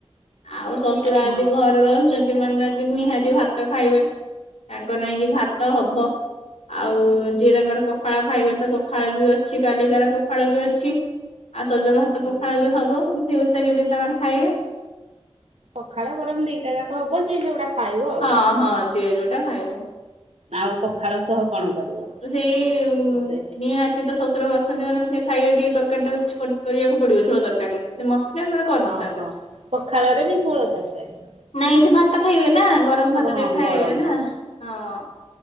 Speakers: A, on the left (about 85°); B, on the right (about 80°).
A: ଆଉ ଶଶୁର
B: ହଁ
A: ଆଜି ଘରେ ରହି ଛନ୍ତି ମାନେ ନା ଯେ ନିହାତି ଭାତ ଖାଇବେ ତାଙ୍କ ନାଇଁକି ଭାତ ହବ। ଆଉ ଯିଏ ତାଙ୍କର ପଖାଳ ଖାଇବେ ତ ପଖାଳ ବି ଅଛି କାଲିକାର ପଖାଳ ବି ଅଛି। ଆଉ ସଜ ଭାତ ପଖାଳ
B: ହଁ
A: ବି ହବ ମିଷେଇ ମୁଷାକି ଯିଏ ତାଙ୍କର ଖାଇବେ
B: ପଖାଳ ଗରମ ଦିଟା ଯାକ ହବ ଯିଏ ଯୋଉଟା ଖାଇବ ଆଉ।
A: ହଁ ହଁ ଯିଏ ଯୋଉଟା ଖାଇବ
B: ଆଉ ପଖାଳ ସହ କଣ କରିବ?
A: ସେଇ
B: ରୋଷେଇ?
A: ନିହାତି। ଟେ ତ ଶଶୁର ଅଛନ୍ତି ମାନେ ସେ ଖାଇବେ ଟିକେ ତରକାରୀ ଟା କିଛି କରିବାକୁ ପଡିବ ଝୋଳ ତରକାରୀ। ସେ ନଥିଲେ ମାନେ କରିନଥାନ୍ତେ।
B: ଓହୋ ପଖାଳରେ ବି ଝୋଳ ତକାରାରୀ।
A: ନାଇଁ ସେ ଭାତ ଖାଇବେ ନା ଗରମ ଭାତ
B: ହଁ
A: ଟିକେ ଖାଇବେ
B: ଗରମ
A: ନା
B: ହବ
A: ହଁ।